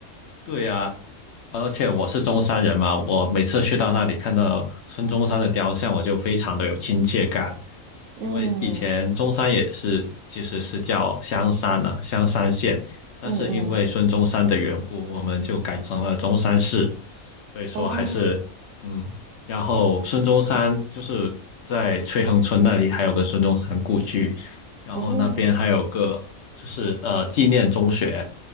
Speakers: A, on the left; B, on the right.
A: 对呀、而且我是中山人嘛，我每次去到那里看到孙中山的雕像，我就非常的有亲切感，
B: 嗯
A: 因为以前中山也是其实是叫香山了、香山县，但是因为孙中山的缘故，
B: 嗯嗯，
A: 我们就改成了中山市。所以说还是嗯，
B: 哦
A: 然后孙中山就是在翠亨村那里还有个孙中山故居，然后那边还有个就是呃纪念中学，
B: 哦，